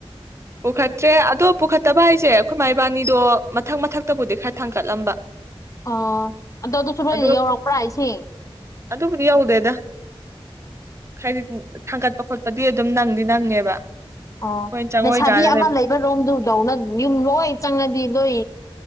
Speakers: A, on the right (about 25°); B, on the left (about 35°).
A: ꯄꯨꯈꯠꯇ꯭ꯔꯦ ꯑꯗꯣ ꯄꯨꯈꯠꯇꯕ ꯍꯥꯏꯁꯦ ꯑꯩꯈꯣꯏ ꯃꯥ ꯏꯕꯥꯅꯤꯗꯣ ꯃꯊꯛ ꯃꯊꯛꯇꯕꯨꯗꯤ ꯈꯔ ꯊꯥꯡꯀꯠꯂꯝꯕ
B: ꯑꯣ ꯑꯗꯣ ꯑꯗꯨꯁꯨ ꯃꯣꯏ
A: ꯑꯗꯨꯒ
B: ꯌꯧꯔꯛꯄ꯭ꯔꯥ ꯍꯥꯏꯁꯦ
A: ꯑꯗꯨꯕꯨꯗꯤ ꯌꯧꯗꯦꯗ ꯍꯥꯏꯗꯤ ꯊꯥꯡꯒꯠꯄ ꯈꯣꯠꯄꯗꯤ ꯑꯗꯨꯝ ꯅꯪꯗꯤ ꯅꯪꯉꯦꯕ
B: ꯑꯣ
A: ꯑꯩꯈꯣꯏꯅ ꯆꯪꯉꯣꯏꯗ꯭ꯔꯥꯅ
B: ꯂꯩꯁꯥꯕꯤ ꯑꯃ ꯂꯩꯕ ꯔꯣꯝꯗꯨꯗꯧꯅ ꯌꯨꯝ ꯂꯣꯏ ꯆꯪꯉꯗꯤ ꯂꯣꯏ